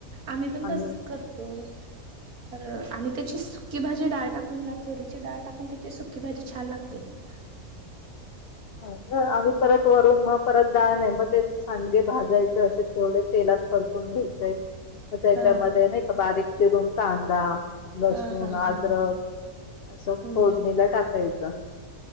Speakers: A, on the right; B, on the left.
A: आम्ही पण
B: आणि
A: तसच करतो तर आणि ते. ची सुक्की भाजी डाळ टाकून ना तुरीची डाळ टाकून त्याची सुकी भाजी छान लागते. <unintelligible>
B: आम्ही परत वरून मग परत डाळ नाही मग ते सांडगे भाजायचे असे तेथवढ तेला. परतून घ्यायचे त्याच्यामध्ये
A: हा
B: नाही का बारीक चिरून कांदा. लसूण
A: हा हा हा
B: आद्रक असं
A: हम्म
B: फोडणीला टाकायचं.